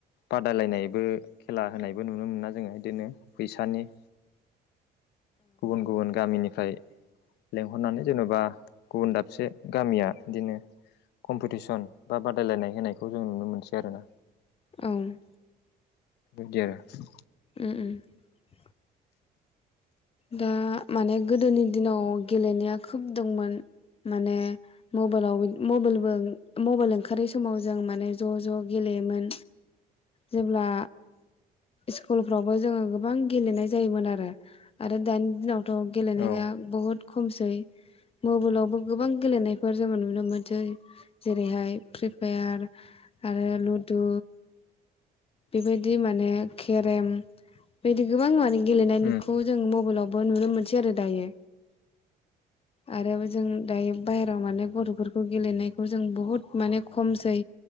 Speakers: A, on the left; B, on the left.
A: बादायलायनायबो खेला होनायबो नुनो मोनोना जोङो बिदिनो फैसानि। गुबुन गुबुन गामिनिफ्राय लेंंहरनानै जेन'बा गुबुन दाबसे गामिया बिदिनो कम्पिटिसन बा बादायलायनाय होनायखौ जों नुनो मोनसै आरोना।
B: औ।
A: बेबादि आरो।
B: <inaudible> दा माने गोदोनि दिनाव गेलेनाया खोब दंमोन माने मबाइलाव मबाइल बो मबेल ओंखारै समाव जों माने ज' ज' गेलेयोमोन। जेब्ला स्कुलफ्रावबो जोङो गोबां गेलेनाय जायोमोन आरो। आरो दानि दिनावथ' गेलेनाया
A: उम
B: बहुद खमसै। मबेलावबो गोबां गेलेनायफोर जोङो नुनो मोनसै। जेरैहाय फ्रि फायार। आरो लुड्डु। बेबायदि माने केरेम बेबायदि गोबां माने गेलेनायखौ
A: औ उम
B: जों मबेलावबो नुनो मोनसै आरो दायो। आरो जों दायो बाहेराव माने गथ'फोरखौ गेलेनायखौ जों बुहुद माने खमसै।